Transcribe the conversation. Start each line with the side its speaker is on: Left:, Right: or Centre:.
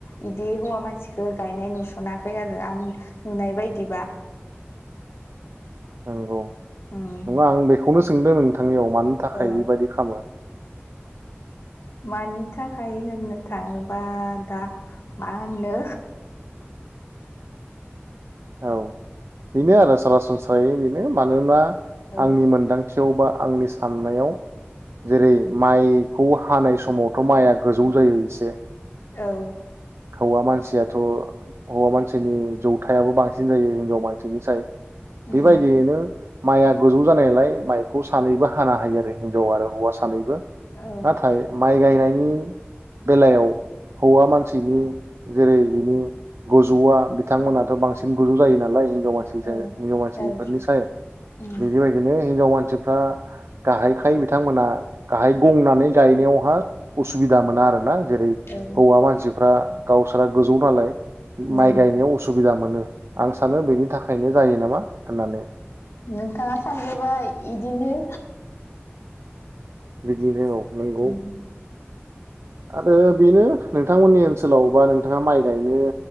Left: बिदि हौवा मानसिखौ गायनाय नुसनाखै आरो आं नुनाय बायदिबा।
Right: नंगौ।
Left: उम
Right: नङा आं बेखौनो सोंदों नोंथां। थांनियाव मानो थाखाय
Left: ओ
Right: बेबायदि खालामो?
Left: मानि थाखाय होननो थाङोबा दा मा होननो।
Right: औ बेनो आरो सरासनस्रायै बेनो मानोना
Left: औ
Right: आंनि मोन्दां थियाव बा आंनि साननायाव जेरै माइखौ हानाय समावथ माइआ गोजौ जायो इसे।
Left: औ।
Right: हौवा मानसियाथ हौवा मानसिनि जौथायाबो बांस बांसिन जायो हिनजाव मानसिनिसाय। ‌
Left: उम
Right: बेबायदियैनो। माइया गोजौ जानायलाय माइखौ सानैबो हाना हायो आरो हिनजाव आरो हौवा सानैबो।
Left: औ
Right: नाथाय माइ गायनायनि। नि बेलायाव हौवा मानसिनि जेरै बिनि गजौवा बिथांमोनाथ बांसिन। गोजौ जायो नालाय। हिन्जाव मानसिनिसाय
Left: औ
Right: हिनजाव मानसिफोरनिसाय
Left: औ उम
Right: बिदि माइखौनो हिनजाव मानसि दा। गाहायखाय बिथांमोना गाहाय गंनानै गायनायावहा उसुबिदा मोना आरोना जेरै
Left: औ
Right: हौवा मानसिफ्रा। गावसोरा गोजौ नालाय।
Left: नौ
Right: माइ गायनायाव उसुब सुबिदा मोनो। आं सानो बेनि थाखायनो। जायो नामा। होननानै
Left: नोंथाङा सानदोबा इदिनो।
Right: बिदिनो औ नोंगौ
Left: उम
Right: आरो बेनो नोंथांमोननि ओनसोलावबा नोंथाङा माइ गायनो